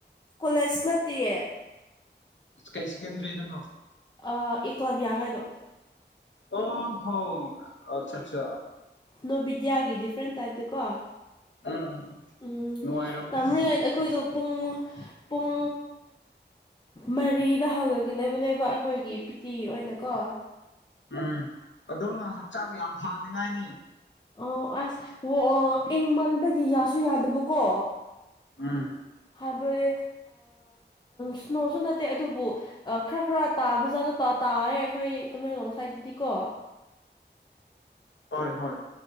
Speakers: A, on the left; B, on the left.
A: ꯀꯣꯂꯦꯖ ꯅꯠꯇꯦꯌꯦ
B: ꯀꯩꯁꯤ ꯀꯦꯟꯟ꯭ꯔꯗꯅꯣ
A: ꯑꯦꯀꯂꯥꯕꯤꯌꯥ ꯍꯥꯏꯗꯣ
B: ꯑ ꯍꯣ ꯑꯆꯥ ꯑꯆꯥ
A: ꯅꯣ ꯕꯤꯗ꯭ꯌꯥꯒꯤ ꯗꯤꯐ꯭ꯔꯦꯟ ꯇꯥꯏꯞꯇꯀꯣ
B: ꯎꯝ ꯎꯝ
A: ꯎꯝ
B: ꯅꯨꯡꯉꯥꯏꯔꯝꯃꯅꯤ
A: ꯇꯥꯔꯤꯉꯩꯗ ꯑꯩꯈꯣꯏꯗꯣ ꯄꯨꯡ ꯄꯨꯡ ꯃꯔꯤꯗ ꯍꯧꯒꯒꯗꯕꯅꯦꯕ ꯑꯩꯈꯣꯏꯒꯤ ꯄꯤꯇꯤ ꯑꯣꯏꯅꯀꯣ
B: ꯎꯝ ꯑꯗꯨꯣꯅ ꯍꯛꯆꯥꯡ ꯌꯥꯝ ꯐꯅꯤꯡꯉꯥꯏꯅꯤ
A: ꯑ ꯑꯁ ꯑꯣ ꯏꯪ ꯃꯟꯕꯒꯤ ꯌꯥꯁꯨ ꯌꯥꯗꯕꯀꯣ
B: ꯑꯥ
A: ꯍꯥꯏꯕꯗꯤ ꯁ꯭ꯅꯣꯁꯨ ꯅꯠꯇꯦ ꯑꯗꯨꯕꯨ ꯈꯔ ꯈꯔ ꯇꯥꯕ ꯖꯥꯗꯣ ꯇꯥꯔꯦ ꯑꯩꯈꯣꯏ ꯇꯃꯦꯡꯂꯣꯡ ꯁꯥꯏꯗꯠꯇꯗꯤꯀꯣ
B: ꯍꯣꯏ ꯍꯣꯏ